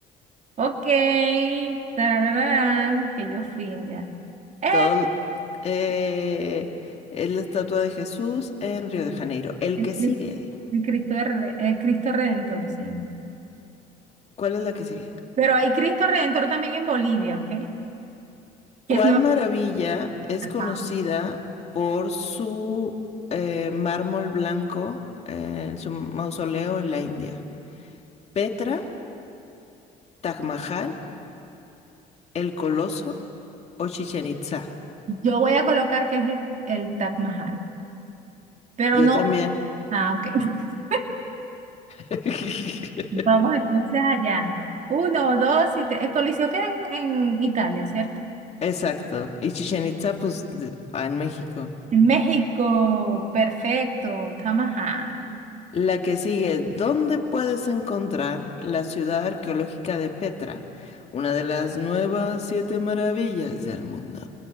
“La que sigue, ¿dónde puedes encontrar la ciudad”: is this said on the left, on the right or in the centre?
Left